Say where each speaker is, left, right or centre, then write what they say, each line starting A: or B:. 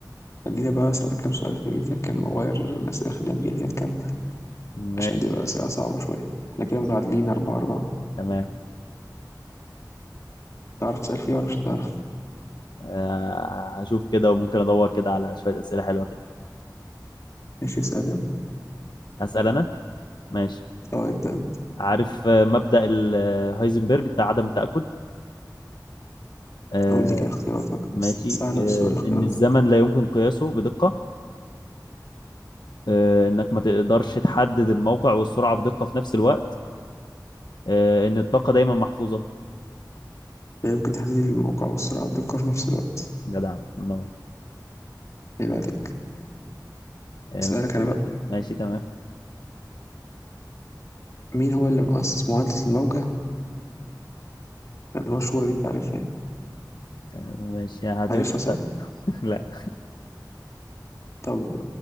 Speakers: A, on the left; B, on the left.
A: خلينا بقى أسألك كام سؤال في كان كام مغير الأسئلة خلينا نجيب كام
B: ماشي
A: عشان دي بقى أسئلة صعبة شوية احنا كده
B: خلصان.
A: متعادلين أربعة أربعة
B: تمام
A: تعرف تسأل فيها ولا مش هتعرف؟
B: آه، هشوف كده وممكن ادور كده على شويه اسئله حلوه كده
A: ماشي اسأل يلا
B: هسال انا ماشي
A: اه ابدأ ابدأ
B: عارف آه، مبدا ال- آه، هايزنبرج بتاع عدم التاكد آه،
A: قول لي كده اختياراتك
B: ماشي
A: بس سهلة
B: آه،
A: بس قول اختياراتك
B: ان الزمن لا يمكن قياسه بدقه آه، انك ما تقدرش تحدد الموقع والسرعه بدقه في نفس الوقت آه، ان الطاقه دايما محفوظه
A: لا يمكن تحديد الموقع والسرعة بدقة في نفس الوقت
B: جدع منور
A: عيب عليك
B: آه،
A: اسألك
B: ماشي
A: أنا بقى
B: ماشي تمام
A: مين هو اللي مؤسس معادلة الموجة المشهورة اللي أنت عارفها يعني؟
B: آه، ماشي هعتبر
A: عارفها
B: نفسك
A: صح؟
B: <laughs> لا
A: طب